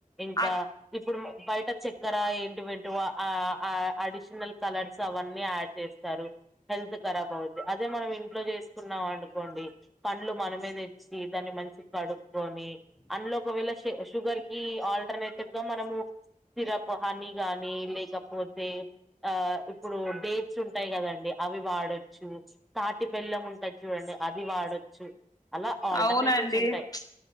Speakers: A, in the centre; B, on the left.
A: ఇంకా
B: అత్
A: ఇప్పుడు బయట చె అక్కర ఏంటివంటి ఆ అడిషనల్ కలర్స్ అవన్నీ యాడ్ చేస్తారు హెల్త్ కరాబ్ అవుద్ది అదే మనం ఇంట్లో చేసుకున్నాం అండుకోండి పండ్లు మన మీద ఇచ్చి దాన్ని మంచి కడుక్కొని అందులో ఒకవేళ షుగర్ కి ఆల్టర్నేటివ్ గా మనము సిరప్ హనీ గానీ లేకపోతే ఆ ఇప్పుడు డేట్స్ ఉంటాయి కదండి అవి వాడొచ్చు తాటి పెల్లం ఉంటది చూడండి అది వాడొచ్చు అలా ఆల్టర్నేటివ్స్
B: అవునండి
A: ఉంటాయి
B: ప్చ్